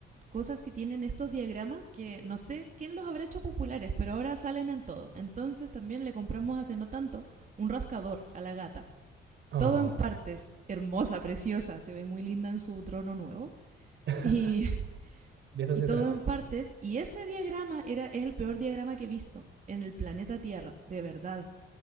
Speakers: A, on the right (about 40°); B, on the right (about 65°).
A: cosas que tienen estos diagramas que no sé quién los habrá hecho populares, pero ahora salen en todo. Entonces también le compramos hace no tanto un rascador a la gata.
B: Oh,
A: Todo en partes, hermosa, preciosa, se ve muy linda en su trono nuevo.
B: <laughs>
A: Y <laughs>
B: de eso
A: y
B: se
A: todo
B: trata.
A: en partes. Y ese diagrama era, es el peor diagrama que he visto en el planeta Tierra, de verdad.